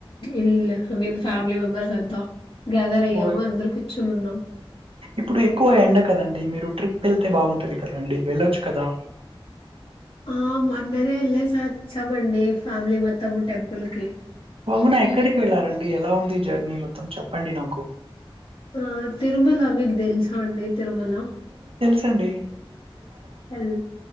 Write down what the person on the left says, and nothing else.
ఇల్ ఐ మీన్ ఫ్యామిలీ మెంబర్స్ అంతా గ్యాదర్ అయ్యాము
అందరు కూర్చుని ఉన్నాం
ఆ మొన్ననే వెళ్ళ చ వచ్చామండి ఫ్యామిలీ మొత్తము టెంపుల్ కి
ఆ తిరుమల మీకు తెలుసా అండి తిరుమలా
ఎల్